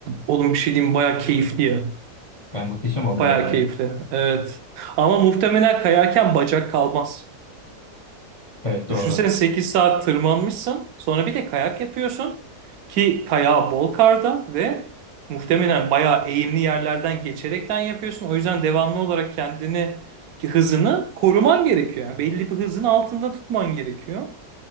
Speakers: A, on the right; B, on the left.
A: oğlum bir şey diyeyim mi? bayağı keyifli ya.
B: Yani muhteşem olur
A: Bayağı
B: yani.
A: keyifli. Evet. Ama muhtemelen kayarken bacak kalmaz.
B: Evet doğru.
A: Düşünsene 8 saat tırmanmışsın. Sonra bir de kayak yapıyorsun. Ki kayağı bol karda ve muhtemelen bayağı eğimli yerlerden geçerekten yapıyorsun. O yüzden devamlı olarak kendini ki hızını koruman gerekiyor. Yani belli bir hızın altında tutman gerekiyor.